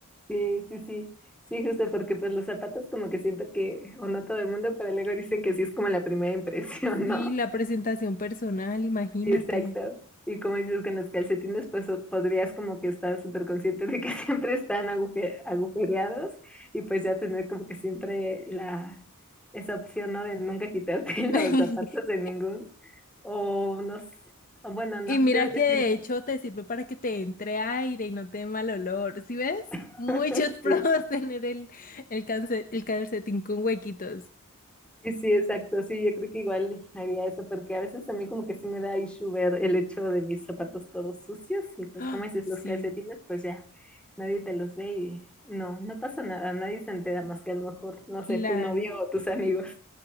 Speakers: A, in the centre; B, on the left.
A: Sí, sí, sí. Sí, justo porque pues los zapatos como que siento que, o no todo el mundo, pero luego dicen que sí es como la primera impresión,
B: Sí,
A: ¿no?
B: la presentación personal, imagínate.
A: Sí, Exacto. Y como dices, con los calcetines, pues o- podrías como que estar súper consciente de que <laughs> siempre están aguje- agujereados y pues ya tener como que siempre la, esa opción, ¿no? De nunca quitarte <laughs>
B: <laughs>
A: los zapatos de ningún. O no, s- o bueno, no,
B: Y mira
A: te iba a
B: que
A: decir,
B: de hecho te sirve para que te entre aire y no te dé mal olor. ¿Sí ves?
A: <laughs>
B: Muchos <laughs> pros
A: sí.
B: tener el, el, calce- el calcetín con huequitos. <gasps>
A: Sí, sí, exacto. Sí, yo creo que igual haría eso, porque a veces a mí como que sí me da issue ver el hecho de mis zapatos todos sucios y pues
B: Ah,
A: como dices,
B: sí,
A: los calcetines, pues ya nadie te los ve y no, no pasa nada, nadie se entera más que a lo mejor, no
B: claro.
A: sé, tu novio o tus amigos.